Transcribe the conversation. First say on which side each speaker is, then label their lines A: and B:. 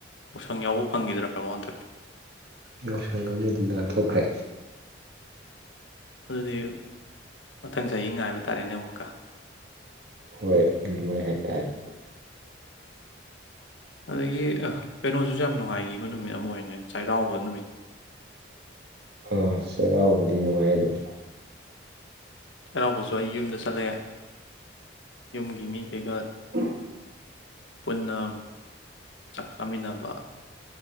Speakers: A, on the left; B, on the right.
A: ꯌꯥꯎꯁꯪ ꯌꯥꯎꯕ ꯐꯪꯈꯤꯗ꯭ꯔꯕ ꯍꯟꯗꯛꯇꯤ
B: ꯌꯥꯎꯁꯪ ꯑꯃꯗꯤ ꯅꯥꯟꯊꯣꯛꯈ꯭ꯔꯦ
A: ꯑꯗꯨꯗꯤ ꯃꯊꯪ ꯆꯍꯤ ꯉꯥꯏꯕ ꯇꯥꯔꯦꯅꯦ ꯑꯃꯨꯛꯀ
B: ꯍꯣꯏ ꯑꯗꯨꯃꯥꯏ ꯍꯥꯏꯇꯥꯔꯦ
A: ꯑꯗꯒꯤ ꯀꯩꯅꯣꯁꯤꯁꯨ ꯌꯥꯝ ꯅꯨꯡꯉꯥꯏꯈꯤꯕ ꯅꯨꯃꯤꯠ ꯑꯃ ꯑꯣꯏꯒꯤꯕꯅꯤ ꯆꯩꯔꯥꯎꯕꯗꯨ
B: ꯑꯥ ꯆꯩꯔꯥꯎꯕꯗꯤ ꯅꯨꯡꯉꯥꯏ <inaudible>
A: ꯆꯩꯔꯥꯎꯕꯁꯨ ꯑꯩ ꯌꯨꯝꯗ ꯆꯠꯂꯛꯑꯦ ꯌꯨꯝꯒꯤ ꯃꯤ ꯀꯩꯀꯥ
B: ꯎ
A: ꯄꯨꯟꯅ ꯆꯥꯛ ꯆꯥꯃꯤꯟꯅꯕ